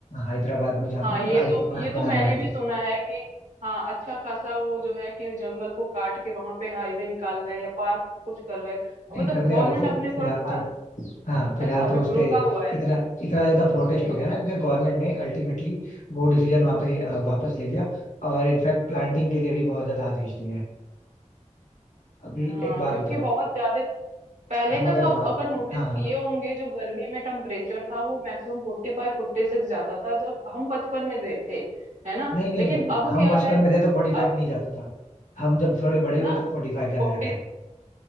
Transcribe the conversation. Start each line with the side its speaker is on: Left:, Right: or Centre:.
Left: हैदराबाद में जहाँ
Right: हाँ
Left: पे
Right: ये
Left: लोग आईटी
Right: तो
Left: पार्क
Right: ये
Left: बनाने
Right: तो मैंने
Left: वाले
Right: भी
Left: थे
Right: सुना है कि हाँ अच्छा खासा वो जो है कि जंगल को काट के वहां पे हाईवे निकाल रहे हैं या पार्क कुछ कर रहे हैं अब
Left: नहीं
Right: मतलब
Left: करने
Right: गवर्नमेंट
Left: वाले थे
Right: अपने थोड़ा
Left: फिलहाल
Right: फा-
Left: तो हाँ फिलहाल
Right: अच्छा
Left: तो
Right: अभी
Left: उस
Right: रुका
Left: पे
Right: हुआ है
Left: इतना इतना ज्यादा प्रोटेस्ट
Right: हम्म
Left: हो गया ना कि फिर गवर्नमेंट ने अल्टीमेटली वो डिसीजन वहाँ पे अ, वापस ले लिया और इनफैक्ट प्लांटिंग के लिए भी बहुत ज्यादा आदेश दिए हैं अभी
Right: हाँ
Left: एक बात
Right: क्योंकि
Left: बताओ
Right: बहुत ज्यादा ना पहले
Left: हम
Right: का
Left: अगर
Right: जो आप
Left: बात
Right: अगर नोटिस
Left: हाँ हाँ
Right: किए होंगे जो गर्मी में टेम्परेचर था वो मैक्सिमम फोर्टी फाइव फोर्टी सिक्स जाता था जब हम बचपन में थे थे है ना
Left: नहीं नहीं
Right: लेकिन
Left: नहीं नहीं
Right: अब
Left: हम
Right: क्या
Left: बचपन
Right: है
Left: में थे तो फोर्टी फाइव
Right: अब
Left: नहीं जाता था हम जब थोड़े बड़े हुए
Right: ना
Left: तो फोर्टी फाइव जाने
Right: फोर्टी
Left: लगा है